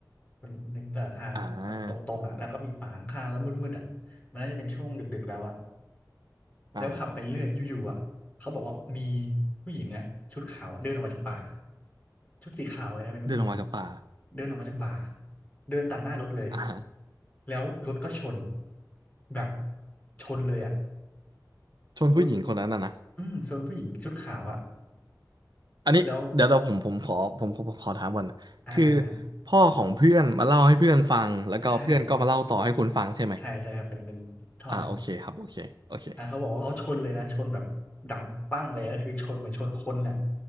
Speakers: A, on the left; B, on the right.
A: มันนึกเอ่อทางแบบมันตรงๆอ่ะแล้วก็มีป่าข้างๆแล้วมืดๆอ่ะมันน่าจะเป็นช่วงดึกๆแล้วอ่ะ
B: อ่าอ่า
A: แล้วขับไปเรื่อยอยู่ๆอ่ะเขาบอกว่ามีผู้หญิงอ่ะชุดขาวอะเดินออกมาจากป่าชุดสีขาวเลยนะเป็นผู้หญิง
B: เดินออกมาจากป่า
A: เดินออกมาจากป่าเดินตัดหน้ารถเลย
B: อ่าฮะ
A: แล้วรถก็ชนแบบชนเลยอ่ะ
B: ชนผู้หญิงคนนั้นนะนะ
A: รถอืมชนผู้หญิงชุดขาวอ่ะ
B: อันนี้เดี๋ยวเราผมผมขอผมผมผมขอถามก่อนนะคือ
A: แล้วอ่าอ่าอ่า
B: พ่อของเพื่อนมาเล่าให้เพื่อนฟังแล้วก็เพื่อนก็มาเล่าต่อให้คุณฟังใช่ไหม
A: ใช่ใช่ใช่ครับเป็นเป็นท่อหนึ่ง
B: อ่าโอเคครับโอเคโอเค
A: อ่ะเขาบอกว่าเขาชนเลยนะชนแบบดังปั้งเลยก็คือชนเหมือนชนคนน่ะ